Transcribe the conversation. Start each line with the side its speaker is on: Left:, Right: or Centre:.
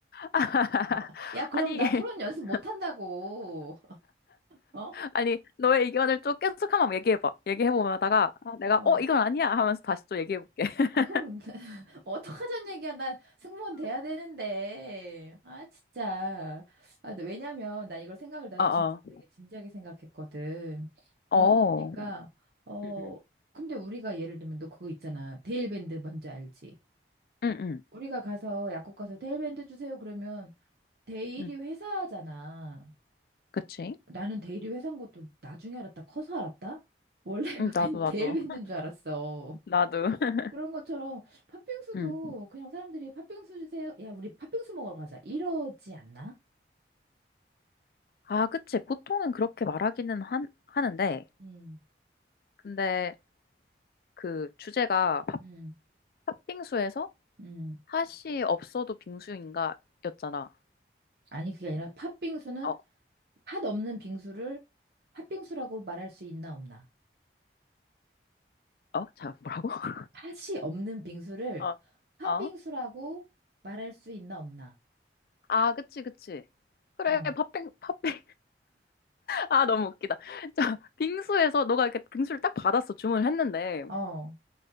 Left: <laughs>
Right: <laughs> 야 그럼
Left: 아니,
Right: 나
Left: <laughs>
Right: 토론 연습 못 한다고 <laughs> 어?
Left: 아니, 너의 의견을 좀 계속 한번 얘기해봐. 얘기해보다가 아, 내가,
Right: 어.
Left: 어, 이건 아니야 하면서 다시 또 얘기해볼게. <laughs>
Right: 아, 그럼, <laughs> 어떡하자는 얘기야. 난 승무원 돼야 되는데. 아, 진짜. 아, 근데 왜냐면, 난 이걸 생각을, 난
Left: 어, 어.
Right: 진짜 되게 진지하게 생각했거든. 그러다
Left: 어,
Right: 보니까, 어,
Left: 응, 응,
Right: 근데 우리가 예를 들면, 너 그거 있잖아. 데일밴드 뭔지 알지?
Left: 응, 응,
Right: 우리가 가서, 약국 가서 데일밴드 주세요. 그러면, 데일이
Left: 응.
Right: 회사잖아.
Left: 그치?
Right: 나는 데일이 회사인 것도 나중에 알았다. 커서 알았다? 원래가
Left: 응, 나도,
Right: <laughs> 밴-
Left: 나도.
Right: 데일밴드인 줄 알았어.
Left: 나도. <laughs>
Right: 그런 것처럼 팥빙수도
Left: 응.
Right: 그냥 사람들이 팥빙수 주세요. 야, 우리 팥빙수 먹으러 가자. 이러지 않나?
Left: 아, 그치. 보통은 그렇게 말하기는 한, 하는데,
Right: 음,
Left: 근데 그 주제가 팥,
Right: 음,
Left: 팥빙수에서
Right: 음.
Left: 팥이 없어도 빙수인가 였잖아.
Right: 아니, 그게 아니라 팥빙수는
Left: 어,
Right: 팥 없는 빙수를 팥빙수라고 말할 수 있나 없나?
Left: 어? 자, 뭐라고? <laughs>
Right: 팥이 없는 빙수를
Left: 어,
Right: 팥빙수라고
Left: 어?
Right: 말할 수 있나 없나?
Left: 아, 그치, 그치. 그래,
Right: 어,
Left: 팥빙, 팥빙. 아, 너무 웃기다. 자, 빙수에서 너가 이렇게 빙수를 딱 받았어. 주문을 했는데.
Right: 어,